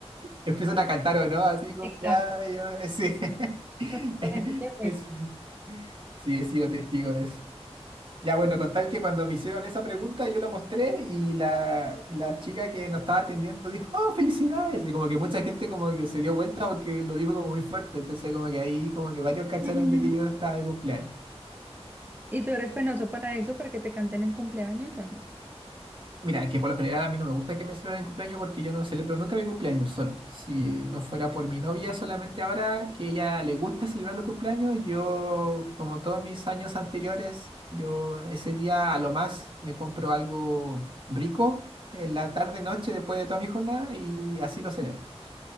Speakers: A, on the right (about 50°); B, on the right (about 20°).
A: empiezan a cantar o no, así, cumpleaños,
B: Exacto,
A: sí. <laughs>
B: conozco gente que hace
A: Es-
B: eso.
A: Sí, he sido testigo de eso. Ya, bueno, con tal que cuando me hicieron esa pregunta, yo la mostré y la, la chica que nos estaba atendiendo dijo, ¡Oh, felicidades! Y como que mucha gente como que se dio vuelta porque lo dijo como muy fuerte. Entonces como que ahí como que varios cacharon
B: Ujú.
A: de que yo estaba de cumpleaños.
B: ¿Y tú eres penoso para eso, para que te canten el cumpleaños o no?
A: Mira, es que por lo general a mí no me gusta que me celebren el cumpleaños porque yo no celebro nunca mi cumpleaños solo. Si no fuera por mi novia, solamente ahora que ella le gusta celebrar los cumpleaños, yo, como todos mis años anteriores, yo ese día a lo más me compro algo rico en la tarde, noche, después de toda mi jornada y así lo celebro.